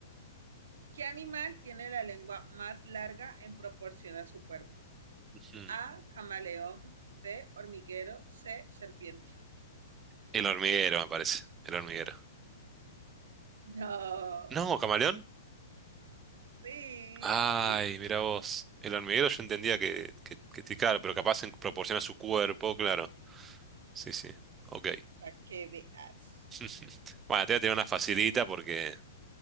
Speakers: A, on the right; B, on the right.
A: ¿Qué animal tiene la lengua más larga en proporción a su cuerpo?
B: Mm.
A: A, camaleón, B, hormiguero, C, serpiente.
B: El hormiguero, me parece. El hormiguero.
A: No,
B: No, camaleón.
A: sí,
B: Ay, mira vos. El hormiguero yo entendía que, que, que te- claro, pero capaz en proporción a su cuerpo, claro. Sí, sí. Ok.
A: para que veas.
B: <laughs> Bueno, te voy a tirar una facilita porque,